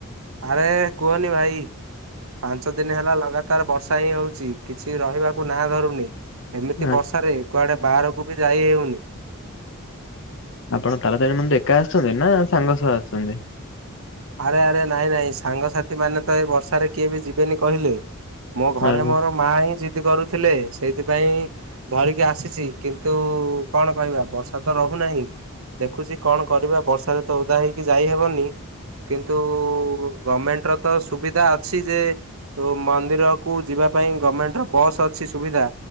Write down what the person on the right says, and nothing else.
ଆରେ କୁହନି ଭାଇ ପାଞ୍ଚ ଦିନ ହେଲା ଲଗା ତାର ବର୍ଷା ହିଁ ହଉଛି କିଛି ରହିବାକୁ ନାଁ ଧରୁନି ଏମିତି
ବର୍ଷାରେ ଏ କୁଆଡେ ବାହାରକୁ ବି ଯାଇ ହେଉନି।
ଆରେ ଆରେ ନାଇଁ ନାଇଁ ସାଙ୍ଗସାଥି ମାନେ ତ ଏଇ ବର୍ଷାରେ କିଏ ବି ଯିବେନି କହିଲେ। ମୋ ଘରେ
ମୋର ମା ହିଁ ଜିଦ୍ଦି କରୁଥିଲେ ସେଇଥିପାଇଁ ଧରିକି ଆସିଛି କିନ୍ତୁ କଣ କହିବା ବର୍ଷା ତ ରହୁନାହିଁ। ଦେଖୁଛି କଣ କରିବା ବର୍ଷାରେ ତ ଓଦା ହେଇକି ଯାଇହବନି। କିନ୍ତୁ ଗଭମେଣ୍ଟ ର ତ ସୁବିଧା ଅଛି ଯେ ତ ମନ୍ଦିରକୁୁ ଯିବା ପାଇଁ ଗମେଣ୍ଟ ର ବସ୍ ଅଛି ସୁବିଧା